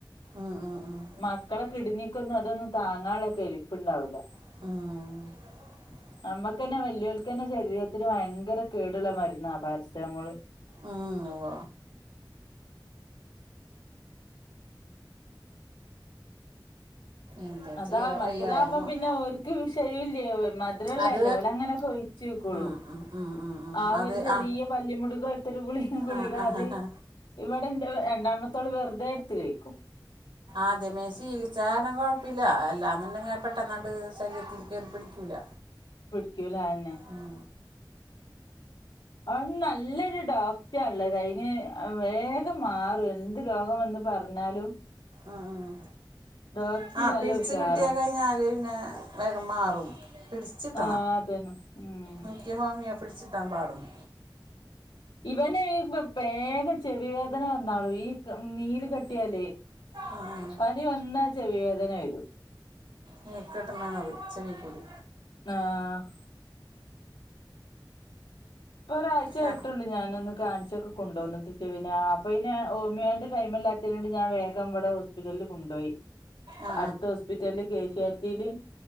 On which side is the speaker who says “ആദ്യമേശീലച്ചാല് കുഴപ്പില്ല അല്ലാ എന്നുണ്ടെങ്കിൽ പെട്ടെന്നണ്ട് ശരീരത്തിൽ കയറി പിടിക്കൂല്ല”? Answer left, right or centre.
Right